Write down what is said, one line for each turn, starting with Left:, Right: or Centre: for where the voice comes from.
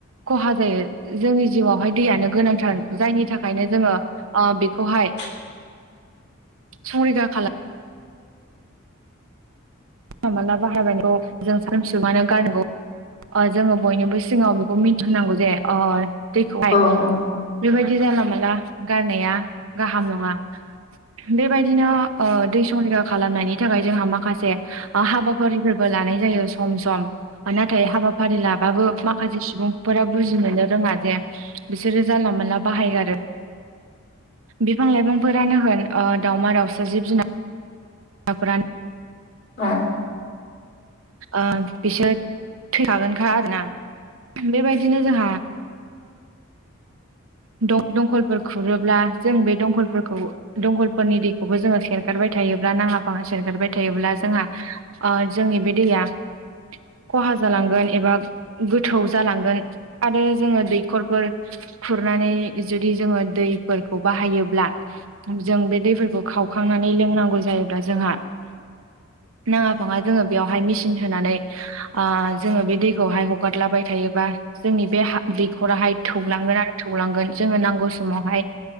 Right: खहा हा जायो जोंनि जिउआवहाय दैयानो गोनांथार जायनि थाखायनो जोंङो ओ बेखौहाय
Left: <unintelligible>
Right: संरैखा खाला मोनला बाहायबायनायखौ जों सान <unintelligible> गारनांगौ ओ जोङो बयनिबो सिगाङाव बेखौ मिथिहोनांगौ जे दैखौहाय
Left: औ
Right: बेबायदि जानला मोनला गारनाया गाहाम नङा बेबायदिनो दै संलिरैखा खालामनायनि थाखाय जोंहा माखासे हाबाफारिफोरबो लानाय जायो सम सम नाथाय हाबाफारि लाबाबो माखासे सुबुं फोर बुजिनोनो रोङा जे बिसोरो जानला मोनानला बाहायगारो बिफां लाइफांफोरानो होन दाावमा दाउसा जिब जुनार फोरा
Left: औ
Right: ओ बिसोर थैखागोनखा आरोना। बेबायदि बिदिनो जोंहा
Left: <inaudible>
Right: दंखलफोर खुरोब्ला जों बे दंखलफोरखौ दंखलफोरनि दैखौबो जोङो सेरगारबाय थायो जब्ला नांला फाङा सेरगारबाय थायोब्ला जोंहा जोंनि बे दैया खहा जालांगोन एबा गोथौ जालांगोन आरो जोङो दै खरफोर खुरनानै जुदि जोङो दैफोरखौ बाहायोब्ला जों बे दै खावखांनानै लोंनांगौ जायोब्ला जोंहा नाङा फाङा जोङो बेयावहाय मेसिन होनानै जोङो बे दैखौहाय हगारलाबाय थायो। जोंनि बे हाखराहाय थौलांगोन आरो थौलांगोन जोंङनो नांगौ समावहाय